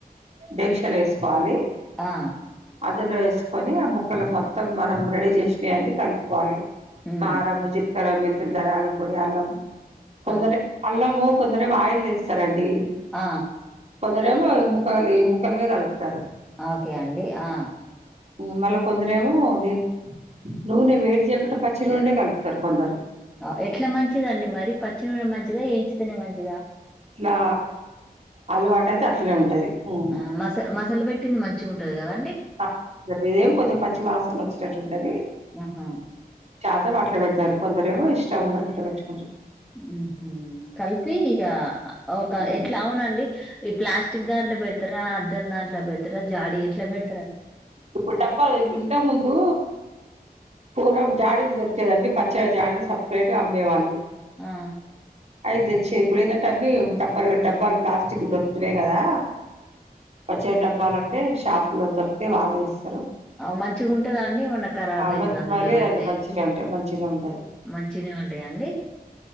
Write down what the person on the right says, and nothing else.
డేక్షాలో ఏసుకోవాలి
అందులో ఏసుకొని ఆ ముక్కలకు మొత్తం మనం రెడీ చేసినయన్నీ కలుపుకోవాలి
కారము జి కారం మెంతులు ధనియాల పొడి అల్లం కొందరి
అల్లము కొందరవ్వ ఆయిల్ తీస్తారండి
కొందరేమో ఈ ముక్కలు ఈ ముక్కలుకే కలుపుతారు
ఊ మళ్ళ కొందరేమో డి నూనె వేడి చేయకుంటా పచ్చి నూనెనే కలుపుతారు కొందరు
ట్లా అలవాటు అయితే అట్లనే ఉంటది హ్మ్.
<inaudible> ఏం కొంచెం పచ్చి వాస్ సన వొచ్చినట్టుంటది
చాసేపు అట్ల పెడతారు కొందరేమో ఇష్టం ఉన్నట్లు వెట్టు
హ్మ్.
ఇప్పుడు డబ్బాల ఇప్పు ఇంతకు ముందు పూరం జాడీలు దొరికేదండి పచ్చడి జాడీలు సప్రేట్ గా అమ్మేవాళ్ళు
అయితేచ్చి ఇప్పుడు ఏదంటే అన్నీ టప్పర్ డబ్బాలు ప్లాస్టిక్ వి దొరుకుతున్నాయి కదా పచ్చడి డబ్బాలంటే షాప్ లో దొరుక్ తే వాళ్ళే ఇస్
ఆ
మ
మ లేదండి
మంచినే ఉంటాయి మంచినే ఉంటది